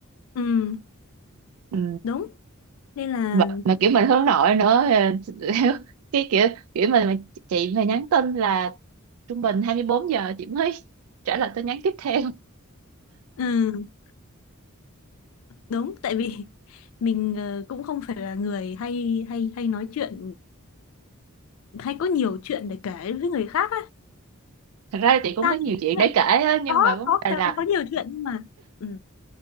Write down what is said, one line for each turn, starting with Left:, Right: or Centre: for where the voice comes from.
Left: ừ
Right: ừ.
Left: đúng nên là
Right: mà, mà kiểu mình hướng nội nữa ờ, <laughs> cái kiểu kiểu mình mà chị mà nhắn tin là trung bình 24 giờ chị mới <laughs> trả lời tin nhắn tiếp theo
Left: ừ, đúng tại vì <laughs> mình ờ, cũng không phải là người hay hay hay nói chuyện hay có nhiều chuyện để kể với người khác á
Right: thật ra là chị cũng
Left: sao
Right: có nhiều
Left: nhỉ?
Right: chuyện
Left: Ý là
Right: để kể á nhưng
Left: có
Right: mà vấn
Left: có
Right: đề là
Left: có nhiều chuyện nhưng mà ừ.